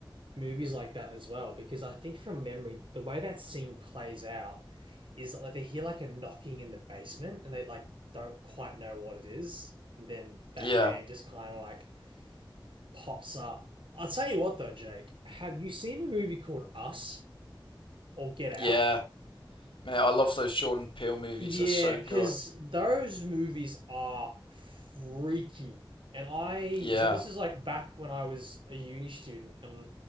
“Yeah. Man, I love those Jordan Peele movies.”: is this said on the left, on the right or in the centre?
Left